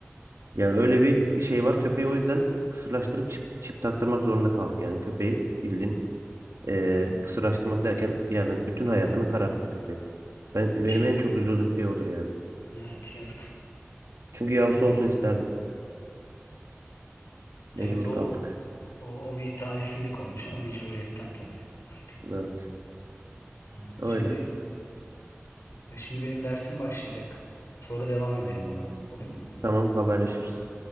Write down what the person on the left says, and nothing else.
Hı.
Çip.
Evet, yazık.
Evet o
o, o bir talihsizlik olmuş ama mecburiyetten tabii artık.
Ha. Şimdi
e, şimdi benim dersim başlayacak. Sonra devam edelim buna. Olur mu?